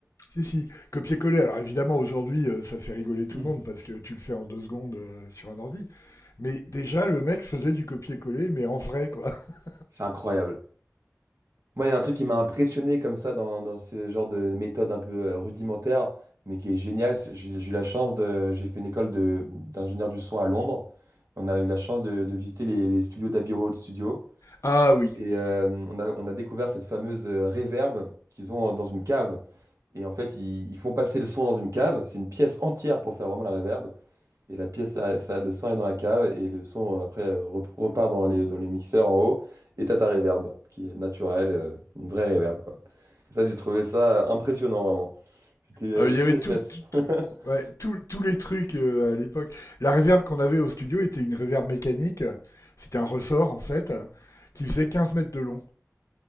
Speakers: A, on the left; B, on the right.
A: Si, si, copier-coller. Alors évidemment, aujourd'hui, euh, ça fait rigoler tout
B: <clears throat>
A: le monde parce que tu le fais en deux secondes euh, sur un ordi. Mais déjà, le mec faisait du copier-coller, mais en vrai, quoi. <laughs>
B: C'est incroyable. Moi, il y a un truc qui m'a impressionné comme ça dans, dans ce genre de méthode un peu euh, rudimentaire, mais qui est génial. c'est- J'ai j'ai eu la chance de. J'ai fait une école de, d'ingénieur du son à Londres. On a eu la chance de, de visiter les, les studios d'Abbey Road Studio.
A: Ah oui.
B: Et euh, on a, on a découvert cette fameuse euh, reverb qu'ils ont euh, dans une cave. Et en fait, ils, ils font passer le son dans une cave. C'est une pièce entière pour faire vraiment la reverb. Et la pièce, ça, ça- le son est dans la cave et le son euh, après euh, rep- repart dans les, dans les mixeurs en haut. Et t'as ta réverb qui est naturelle, euh, une vraie réverb quoi. Ça, j'ai trouvé ça impressionnant vraiment. J'étais euh,
A: Ah oui, il
B: sur
A: y avait
B: les
A: tout,
B: fesses.
A: tout-
B: <laughs>
A: tout- ouais, tout- tous les trucs euh, à l'époque. La reverb qu'on avait au studio était une reverb mécanique. C'était un ressort, en fait, qui faisait 15 mètres de long.